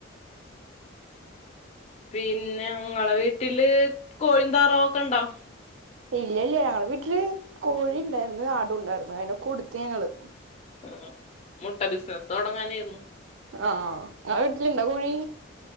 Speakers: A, on the left (about 35°); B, on the right (about 75°).
A: പിന്നെ ങ്ങളെ വീട്ടില് കോഴി ഉം താറാവോക്കെ ണ്ടോ?
B: ഇല്ല ഇല്ല ഞങ്ങള് വീട്ടില് കോഴി ഉണ്ടായിരുന്നു ആടുംണ്ടായിരുന്നു അതിനെ കൊടുത്ത് ഞങ്ങള്
A: മം മം മുട്ട ബിസിനസ്സ് തുടങ്ങാനായിരുന്നു.
B: ആ ങ്ങളെ വീട്ടില്ണ്ടോ കോഴി?